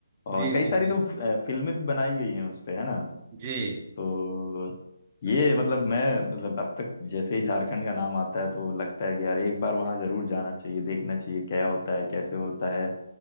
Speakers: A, on the left; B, on the right.
A: और
B: जी
A: कई
B: जी
A: सारी
B: जी
A: तो अ, फिल्में भी बनाई गई हैं उस पे है ना
B: जी
A: तो ये मतलब मैं मतलब अब तक जैसे ही झारखंड का नाम आता है तो लगता है कि यार एक बार वहां जरूर जाना चाहिए देखना चाहिए क्या होता है कैसे होता है